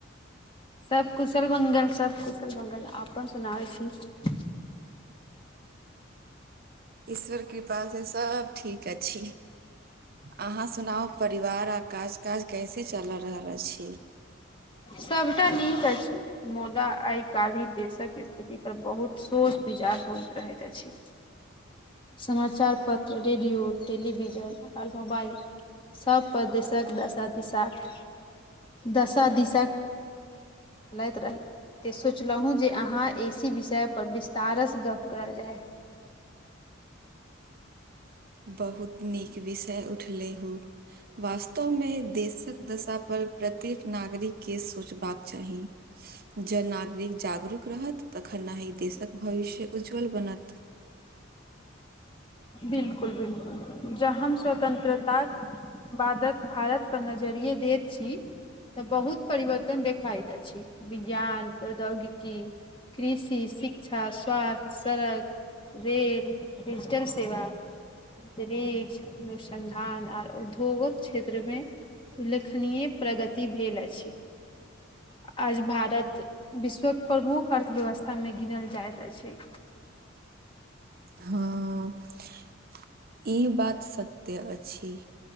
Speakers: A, on the left; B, on the right.
A: सब कुशल मंगल सब कुशल मंगल अपन सुनाबै छी
B: ईश्वर कृपा से सब ठीक अछि अहाँ सुनाउ परिवार आ काज काज कैसे चल रहल अछि
A: सबटा नीक अछि मुदा आइ काल्हि देशक स्थिति पर बहुत सोच विचार होइत रहैत अछि
B: <inaudible>
A: समाचार पत्र रेडियो टेलिविजन आर मोबाइल सभ प्रदेशक दशा दिशाक दशा दिशक लैत रही त सोचलहुँ जे अहाँ एसी विषयपर विस्तारसँ गप करल जाय
B: बहुत नीक विषय उठले हँ वास्तवमे देशक दशा पर प्रत्येक नागरिक के सोचबाक चाही जे नागरिक जागरूक रहत तखन नाहि देशक भविष्य उज्ज्वल बनत
A: बिलकुल बिलकुल जह हम स्वतंत्रतााक बादक भारत नजरिए देत छी तऽ बहुत परवर्तन देखाइत अछि विज्ञान प्रौद्योगिकी कृषि शिक्षा स्वास्थ्य सड़क रेल डिजिटल सेवा अन्तरिक्ष अनुसन्धान आर उधोगक क्षेत्रमे उल्लेखनीय प्रगति भेल अछि आज भारत विश्वक प्रमुख अर्थव्यवस्था मे गिनल जाइत अछि
B: हँ ई बात सत्य अछि